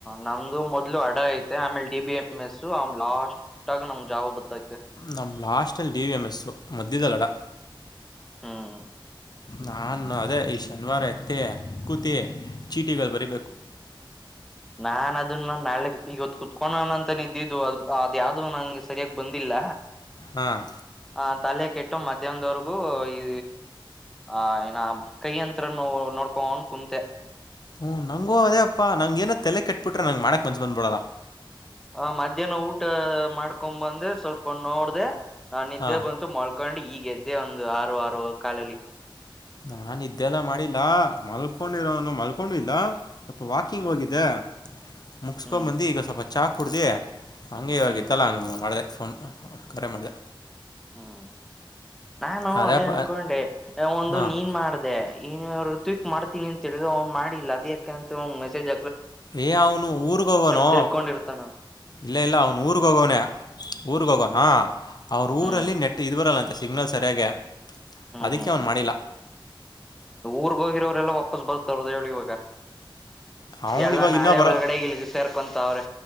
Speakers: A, in the centre; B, on the left.
A: ನಮ್ದು ಮೊದ್ಲು ಅಡ ಹಿಟ್ಟು ಆಮೇಲೆ ಡಿ ಬಿ ಎಂ. ನಿಮ್ ಹೆಸರು ಲಾಸ್ಟ್ ಆಗ ನಮ್ ಜಾವ ಬತ್ತಾಯ್ತು.
B: ನಮ್ಮ್ ಲಾಸ್ಟ್ಲ್ಲಿ ಡಿ ವಿ ಎಮ್ ಎಸ್ ಮಧ್ಯದ ಮಧ್ಯದಲ್ಲ.
A: ಹ್ಮ್
B: ನಾಾನು ಅದೇ ಈ ಶನಿವಾರ ಎತ್ತೆ ಕೂತೆ ಚೀಟಿಗಳು ಬರಿಬೇಕು. <inaudible>
A: ನಾನ್ ಅದನ್ನ ನಾಳೆ ಇವತ್ತು ಕುತ್ಕೋಣ ಅಂತ ನೇ ಇದಿದ್ದು ಅದು ಅದು ಯಾವ್ದು ನಂಗೆ ಸರಿಯಾಗಿ ಬಂದಿಲ್ಲ.
B: ಹಾಂ
A: ಹ ತಲೆ ಕೆಟ್ಟು ಮಧ್ಯಾಹ್ದವರೆಗೂ ಈ ಆ ಏನ ಕೈ ಯಂತ್ರನು ನೋಡ್ಕೊಣು ಕುಂತೆ.
B: ಹ್ಮ ನಂಗು ಅದೇ ಅಪ್ಪಾ ನಂಗ ಏನೋ ತಲೆ ಕೆಟ್ಬಿಟ್ರೆ ನಂಗ್ ಮಾಡಕ್ ಮನ್ಸ ಬಂದ್ಬಿಡಲ್ಲ
A: ಆ ಮಧ್ಯಾಹ್ನ ಊಟ ಮಾಡ್ಕೊಂಡ್ ಬಂದು ಸ್ವಲ್ಪ ನೋಡ್ದೆ ನಿದ್ದೆ
B: ಹಾಂ
A: ಬಂತು ಮಳ್ಕ ಕೊಂಡು ಈಗ ಎದ್ದೇ ಒಂದು ಆರು ಆರು ಕಾಲಲ್ಲಿ.
B: ಹಾ ನಾನು ನಿದ್ದೆನೇ ಮಾಡಿಲ್ಲಾ ಮಲ್ಕೊಂಡಿರೋನು ಮಲ್ಕೊಂಡು ಇಲ್ಲ ಸ್ವಲ್ಪ ವಾಕಿಂಗ್ ಹೋಗಿದ್ದೆ. ಮುಗಸ್ಕೊ
A: ಹ್ಮ್
B: ಬಂದಿ ಈಗ ಸ್ವಲ್ಪ ಚಾ ಕುಡ್ದೀ ಹಂಗೆ ಇವಗಿತ್ತಲ್ಲ
A: ಹ್ಮ್
B: ಹಂಗ್ ಮಾಡ್ದೆ. ಫೋನ್ ಕರೆ ಮಾಡಿದೆ.
A: ಹ್ಮ ನಾನು
B: ಅದೇಪ್ಪ
A: ಅದೇ ಅನ್ಕೊಂಡೆ ಒಂದು
B: ಹಾಂ
A: ನೀನ್ ಮಾಡ್ದೆ ಇನ್ಯಾರು. ಕ್ವಿಕ್ ಮಾಡ್ತೀನಿಂತ ಹೇಳಿದ ಅವ್ನು ಮಾಡಿಲ್ಲ ಅದ ಯಾಕ ಅಂತ ಮೆಸಜ್
B: ಏ ಅವನು ಊರುಗ ಹೋಗನೋ
A: ತಿರ್ಕೊಂಡಿರ್ತಾನ
B: ಇಲ್ಲ ಇಲ್ಲ ಅವ್ನು ಊರುಗ
A: ಹ್ಮ್
B: ಹೋಗಣೆ ಊರ್ಗ ಹೋಗೋಣ ಅವ್ರ
A: ಹ್ಮ್
B: ಊರಲ್ಲಿ ನೆಟ್ ಇದ್ ಬರಲ್ಲ ಅಂತೆ ಸಿಗ್ನಲ್ ಸರಿಯಾಗ ಅದಕ್ಕೆ
A: ಹ್ಮ್
B: ಅವನ್
A: ಹ್ಮ್
B: ಮನಲಾ
A: ಊರ್ಗ್ ಹೋಗಿರೋರೆಲ್ಲಾ ವಾಪಸ್ ಬರ್ತ್ರ್ದ ಹೇಳಿ ಇವಾಗ
B: ಅವನು
A: ಎಲ್ಲಾ
B: ಇವಾಗ
A: ನಾಳೆ
B: ಇನ್ನ ಬರ
A: ಒಳಗಡೆ ಇಲ್ಗೆ ಸೇರ್ಕೊಂತಾವ್ರೆ